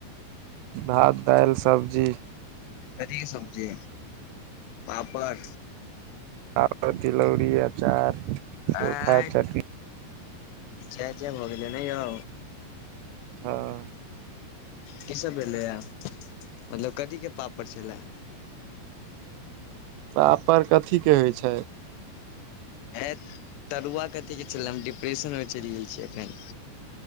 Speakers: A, on the right; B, on the left.
A: भात दालि सब्जी
B: कथि के सब्जी पापड़
A: पापर तिलौरी आचार चोखा
B: आ
A: चटनि
B: जय जय भऽ गेलै ने यौ
A: हँ
B: की सब भलैएा मतलब कथी के पापड़ छलै
A: पापड़ कथी के होइ छै
B: ए तरुआ कथी के छल हम डिप्रेशन मे चलि जाइ छी एखन